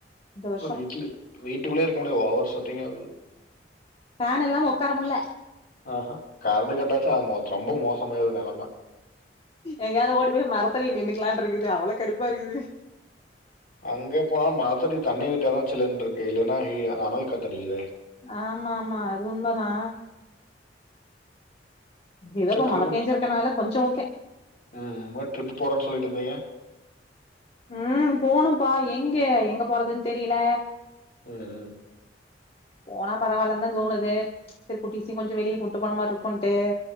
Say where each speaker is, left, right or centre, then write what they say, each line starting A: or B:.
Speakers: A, on the left; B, on the left.
A: இந்த வருஷம்
B: இப்ப வீட்ல வீட்டுகுள்ளே இருக்க முடியாது ஓவர் சு ட்டிங்காவுது
A: ஃபேன் இல்லாம ஒக்காரமுல்ல
B: ஆஹா கரண்டு கட்டாச்சா ஆ மொத் ரொம்ப மோசமாயுது நெலம்
A: எங்கேயாவது ஓடி போய் மரத்தடில நின்னுக்கலான்ட்ருக்கு து அவளோ கடுப்பா இருக்குது
B: அங்கே போனாலு மரத்தடி தண்ணி விட் டாதா சில்லுன்ட்ருக்கு இல்லனா ஹீ அந்த அனல் காத்தடிக்குதே
A: ஆமா ஆமா அது உண்மதா
B: <unintelligible>
A: ஏதோப்பா
B: ம்
A: மழ பேஞ்சிருக்கனால கொஞ்சோ ஓகே
B: ம் வ ட்ரிப்பு போறேன்னு சொல்லிட்டு இருந்தீங்க
A: ம் போணும்ப்பா எங்க எங்க போறதுன்னு தெரில
B: ம் ம்
A: போனா பரவால்லன்னு தா தோணுது சேரி குட்டிசும் கொஞ்சம் வெளியே கூட்டு போன மார்ருக்குன்ட்டு